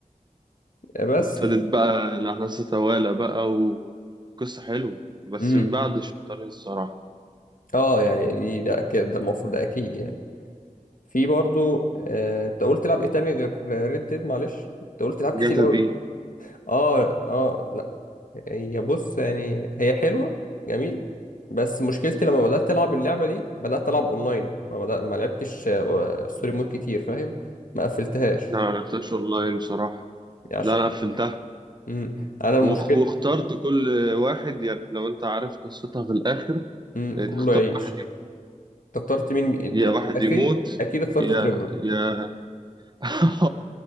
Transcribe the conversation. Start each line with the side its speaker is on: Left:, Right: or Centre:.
Left: آه، بس
Right: وابتدت بقى الأحداث تتوالى بقى وقصة حلوة بس
Left: امم
Right: من بعد شطارين الصراحة
Left: اه يعني دي ده اكيد ده المفروض ده اكيد يعني في برضو آه، انت قلت تلعب ايه تاني غير ريد ديد معلش انت قلت تلعب كتير
Right: جاتا
Left: قوي
Right: في
Left: اه اه لا هي بص يعني هي حلوه جميل بس مشكلتي لما بدات العب اللعبه دي بدات العب اونلاين ما بدأ ما لعبتش آه، ستوري مود كتير فاهم ما قفلتهاش
Right: لا ما لعبتهاش اونلاين بصراحة
Left: يعني عشان
Right: لا انا قفلتها
Left: مم. انا المشكله
Right: وخ- واخترت كل واحد يعني لو انت عارف قصتها في الآخر
Left: مم.
Right: آه،
Left: كله
Right: تختار
Left: عيش
Right: واحد يموت.
Left: أنت اخترت مين مين-
Right: يا واحد
Left: اكيد
Right: يموت
Left: اكيد اخترت
Right: يا
Left: تريفر
Right: يا <laughs>